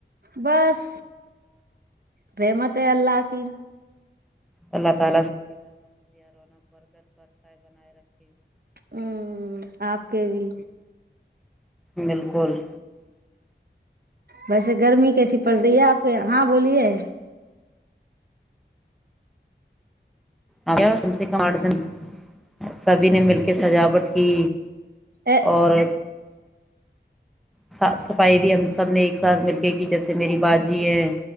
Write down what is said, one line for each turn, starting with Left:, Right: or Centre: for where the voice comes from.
Right: بس رری مت اللہ ہ کہی
Centre: اللہ تع
Right: ہوں آپ کے بھی
Centre: بالکل
Right: بس گرمی کیسی پڑ رہی ہے آپ یہاں بولیے
Centre: آ کم سے کم آٹھ دن سبھی نے مل کے سجاوٹ کی
Right: ا
Centre: اور صاف صفائی بھی ہم سب نے ایک ساتھ مل کے کی جیسے میری باجی ہیں